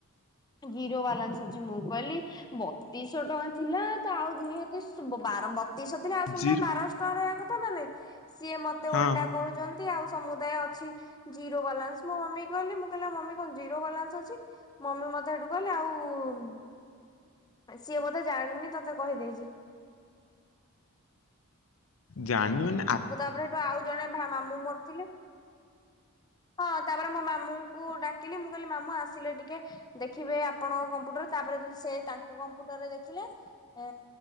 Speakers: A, on the left; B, on the left.
A: ଜିରୋ ବାଲାନ୍ସ ଅଛି ମୁଁ କହିଲି ବ ତିଶହ ଟଙ୍କା ଥିଲା ତ ଆଉ ନିହାତି ବାର ବତିଶହ ଥିଲା ଆଉ ସମୁଦାୟ
B: ଜିରୋ
A: ବାରଶହ ଟଙ୍କା ର ନା ଭାଇ <inaudible> ସିଏ ମତେ
B: ହଁ
A: ଓଲଟା କହୁଛନ୍ତି ଆଉ ସମୁଦାୟ ଅଛି ଜିରୋ ବାଲାନ୍ସ ମୋ ମମି କହିଲି ମୁଁ କହିଲି ମମି କଣ ଜିରୋ ବାଲାନ୍ସ ଅଛି ମମି ମତେ ସେଠୁ କହିଲେ ଆଉ ସିଏ ବୋଧେ ଜାଣିନି ତତେ କହିଦେଇଛି।
B: ଜାଣିବେ ନି।
A: ମୁଁ ତାପରେ ସେଠୁ ଆଉ ଜଣେ ମାମୁଁ ମରି ଥିଲେ। ହଁ ତାପରେ ମୋ ମାମୁଁଙ୍କୁ ଡାକିଲି ମୁଁ କହିଲି ମାମୁଁ ଆସିଲେ ଟିକେ ଦେଖିବେ ଆପଣ କମ୍ପ୍ୟୁଟର। ତାପରେ ସେ ତାଙ୍କ କମ୍ପୁଟରରେ ଦେଖିଲେ। ଏ